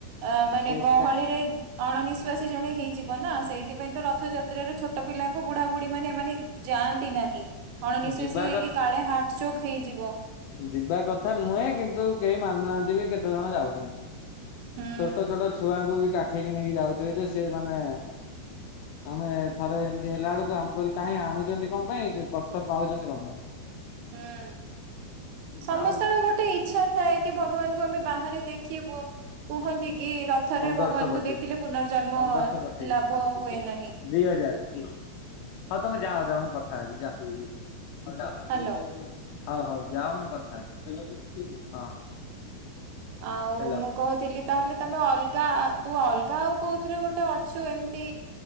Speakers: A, on the right (about 80°); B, on the left (about 85°).
A: ଅ ମାନେ
B: ଏକା
A: ଗହଳିରେ। ଅଣନିଶ୍ୱାସୀ ଜଣେ ହେଇଯିବ ନା ସେଇଥିପାଇଁ ତ ରଥଯାତ୍ରାରେ ଛୋଟ ପିଲାଙ୍କୁ ବୁଢା ବୁଢୀ ମାନେ ଏମାନେ। ଯାଆନ୍ତି ନାହିଁ ଅଣନିଶ୍ଵାସୀ
B: ଯିବା
A: ହେଇକି
B: କ
A: କାଳେ ହାର୍ଟ ଚୋକ୍ ହେଇଯିବ।
B: ଯିବା କଥା ନୁହେଁ କିନ୍ତୁ କେହି ମାନୁନାହାନ୍ତି ବି କେତେ ଜଣ ଯାଉଛନ୍ତ।
A: ହୁଁ
B: ଛୋଟ ଛୋଟ
A: ହୁଁ
B: ଛୁଆଙ୍କୁ ବି କାଖେଇକି ନେଇକି ଯାଉଥିବେ ଯେ ସେ ମାନେ। ଆମେ ଥରେ ଏମତି ହେଲାଉଳୁକୁ ଆମେ କହିଲୁ କାହିଁ ଆଣୁଚନ୍ତି କଣ ପାଇଁ କ ଷ୍ଟ ପାଉଛନ୍ତି କଣପାଇଁ।
A: ହୁଁ ସମସ୍ତଙ୍କ
B: ଯାଉଁ
A: ଗୋଟେ ଇଚ୍ଛା ଥାଏ କି ଭଗବାନଙ୍କୁ ଆମେ ବାହାରେ ଦେ ଖିବୁ। କୁହନ୍ତି କି ରଥରେ
B: ପନ୍ଦରଶହ
A: ଭଗବାନଙ୍କୁ
B: ପଠେଇ
A: ଦେଖିଲେ ପୁନର୍ଜନ୍ମ
B: ପନ୍ଦରଶହ ପଠେଇବି।
A: ଲାଭ ହୁଏ ନାହିଁ।
B: ଦି ହଜାର ହଉ ତମେ ଯାଅ ଯାଅ ମୁଁ କଥାହେବି ଯାଅ। ହଉ
A: ହ୍ୟାଲୋ।
B: ହଉ ଯାଅ ମୁଁ କଥାହେ ହଁ।
A: ଆଉ
B: ହେଲୋ।
A: ମୁଁ। କହୁଥିଲି ତାହେଲେ ତମେ ଅଲଗା ତୁ ଅଲଗା ଆଉ କୋଉଥିରେ ଗୋଟେ ଅଛୁ ଏମତି।